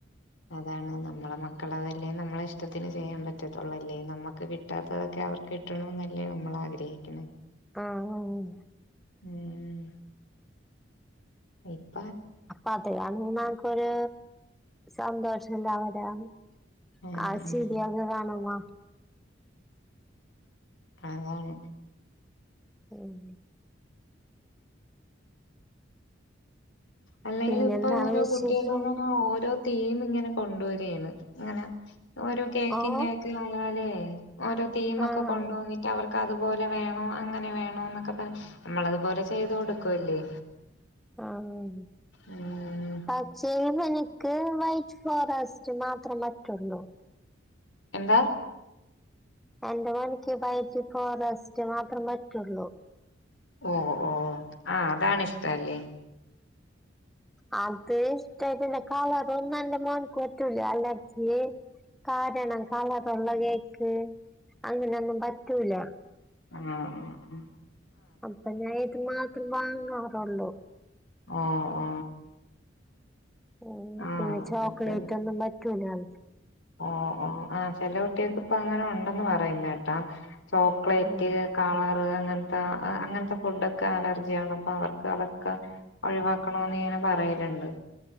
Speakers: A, on the left; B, in the centre.
A: അതാണ് നമ്മളെ മക്കളെതല്ലേ നമ്മളെ ഇഷ്ടത്തിന് ചെയ്യാൻ പറ്റോത്തൊള്ളൂ ല്ലേ നമ്മക്ക് കിട്ടാത്തതൊക്കെ അവർ കിട്ടണന്നല്ലേ നമ്മള് ആഗ്ര ഹിക്ക്‌ണ് <unintelligible>
B: ആ ഉം ഉം
A: ഉം ഉം ഹും
B: അതെ അണ്ണാ <inaudible> ഒരു സന്തോഷ ല്ലാ <unintelligible>
A: ആഹ്
B: ആ ശരിയാവൂല
A: ആഹ്
B: കാണുവാ
A: അത് കാണും
B: ഉം
A: അല്ലെങ്കിലും
B: പിന്നെന്താണ്
A: ഇപ്പൊ ഒരു
B: വിശേഷം
A: കുട്ടേളും ഇങ്ങനെ ഓരോ തീമ് ഇങ്ങനെ കൊണ്ടൊരേരുന്നു ഇങ്ങനെ ഒരു കേക്ക്
B: ഓഹ്
A: ഉണ്ടാക്കി വളാല്‌ ഹേ ഓരോ തീമൊക്കെ
B: ആഹ്
A: കൊണ്ടൊന്നിട്ട് അവർ അതുപോലെ വേണം അങ്ങനെ വേണം ന്നൊക്കെ പറഞ്ഞ് നമ്മള് അത് പോലെ ചെയ്ത് കൊടുക്കുവല്ലേ
B: ആ ആ
A: ഉം
B: പച്ചേയും എനിക്ക് വൈറ്റ് ഫോറെസ്റ്റ് മാത്രം പറ്റോള്ളൂ
A: എന്താ
B: എന്റെ മോനിക്ക് വൈറ്റ് ഫോറെസ്റ്റ് മാത്രം പറ്റോള്ളൂ
A: ഓ ഓ ആ അതാണിഷ് ട്ടല്ലേ
B: അത് ഇഷ്ട്ടായിട്ടല്ല കളർ ഒന്നും അന്റെ മോന്ക്ക് പറ്റൂല അലർജി കാരണം കളറുള്ള കേക്ക് അങ്ങനൊന്നും പറ്റൂല
A: ഹും ഹും
B: അപ്പം ഞാൻ ഇത് മാത്രം വാങ്ങൊ ഒള്ളോ
A: ഓ ഓ
B: മ്
A: ആ
B: പിന്നെ ചോക്ലേറ്റ്
A: അത്
B: ഒന്നും പറ്റൂല <inaudible>
A: ഓ ഓ ആ ചെല കുട്ടികൾക്ക് ഇപ്പൊ അങ്ങനെ ഉണ്ടെന്ന് പറയുന്ന കേട്ടു ചോക്ലേറ്റ്
B: ഉം
A: കളറ് അങ്ങനത്തെ അങ്ങനത്തെ ഫുഡോക്കെ അലർജിയാണ്. അപ്പൊ അവർക്ക് അതൊക്കെ ഒഴിവാക്കണംന്ന് ഇങ്ങനെ പറയലുണ്ട്